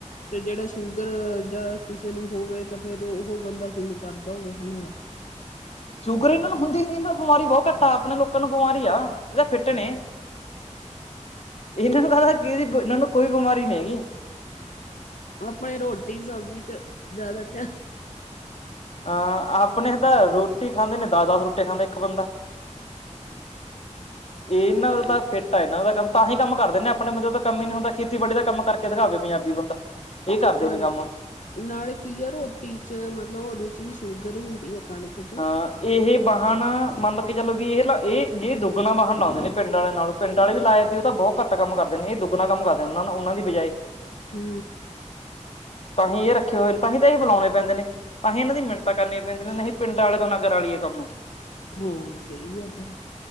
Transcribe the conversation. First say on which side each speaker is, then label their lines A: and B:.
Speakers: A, on the left; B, on the left.
A: ਤੇ ਜਿਹੜਾ ਸ਼ੂਗਰ ਜਾਂ ਕਿਸੇ ਨੂੰ ਹੋਵੇ ਤਾਂ ਫੇਰ ਉਹ ਬੰਦਾ ਕਿਵੇਂ ਕਰਦਾ ਹੋਵੇ ਇਹਨਾਂ ਦਾ
B: ਸ਼ੂਗਰ ਇਹਨਾਂ ਨੂੰ ਹੁੰਦੀ ਨੀ ਇਹਨਾਂ ਨੂੰ ਬਿਮਾਰੀ ਬਹੁਤ ਘੱਟ ਆ ਆਪਣੇ ਲੋਕਾਂ ਨੂੰ ਬਿਮਾਰੀ ਆ ਇਹ ਤਾਂ ਫਿੱਟ ਨੇ, ਇਹਨਾਂ ਨੂੰ ਕਦਾ ਕਿਦੀ ਇਹਨਾਂ ਨੂੰ ਕੋਈ ਬਿਮਾਰੀ ਨਹੀਂ ਹੈਗੀ
A: ਆਪਣੇ ਰੋਟੀ ਸਬਜ਼ੀ ਚ ਜ਼ਿਆਦਾ ਧਿਆਨ
B: ਅਹ ਆਪਣੇ ਤਾਂ ਰੋਟੀ ਖਾਂਦੇ ਨੇ ਦਸ- ਦਸ ਰੋਟੀ ਖਾਂਦਾ ਇੱਕ ਬੰਦਾ ਇਹਨਾਂ
A: ਧਿਆਨ
B: ਦਾ ਤਾਂ ਫਿਟ ਆ ਇਹਨਾਂ ਦਾ ਕੰਮ ਤਾਂ ਹੀਂ ਕੰਮ ਕਰਦੇ ਨੇ, ਆਪਣੇ ਬੰਦੇ ਦਾ ਕੰਮ ਹੀ ਨੀ ਹੁੰਦਾ ਖੇਤੀਬਾੜੀ ਦਾ ਕੰਮ ਕਰਕੇ ਦਿਖਾਵੇ ਪੰਜਾਬੀ ਬੰਦਾ ਇਹ ਕਰਦੇ
A: ਹਾਂਜੀ,
B: ਨੇ ਕੰਮ
A: ਨਾਲੇ ਕੀ ਆ ਰੋਟੀ ਚ ਮਤਲਬ ਉਹਦੇ ਚ ਵੀ ਸ਼ੂਗਰ ਹੀ ਹੁੰਦੀ ਆ ਕਣਕ ਚ
B: ਹਾਂ ਇਹ ਵਾਹਨ ਮੰਨ ਕੇ ਚਲੋ ਵੀ ਇਹ ਲਾ ਇਹ ਜੇ ਦੁੱਗਣਾ ਵਾਹਨ ਲਾਉਂਦੇ ਨੇ ਪਿੰਡ ਵਾਲਿਆਂ ਨਾਲੋਂ ਪਿੰਡ ਵਾਲੇ ਵੀ ਲਾਏ ਸੀ ਉਹ ਤਾਂ ਬਹੁਤ ਘੱਟ ਕੰਮ ਕਰਦੇ ਨੇ ਇਹ ਦੁੱਗਣਾ ਕੰਮ ਕਰਦੇ ਨੇ ਉਹਨਾਂ ਨੂੰ ਉਹਨਾਂ ਦੀ ਬਜਾਏ
A: ਹਮ
B: ਤਾਂਹੀ ਇਹ ਰੱਖੇ ਹੋਏ ਨੇ ਤਾਂਹੀ ਤਾਂ ਬੁਲਾਉਣੇ ਪੈਂਦੇ ਨੇ, ਤਾਂਹੀ ਇਹਨਾਂ ਦੀ ਮਿੰਨਤਾਂ ਕਰਨੀ ਕਹਿੰਦੇ ਨਹੀਂ ਸੀ ਪਿੰਡਾਂ ਵਾਲੇ ਦੋਨਾਂ ਕਰਾ ਲਈਏ ਕੰਮ
A: ਹਾਂ ਸਹੀ ਗੱਲ ਆ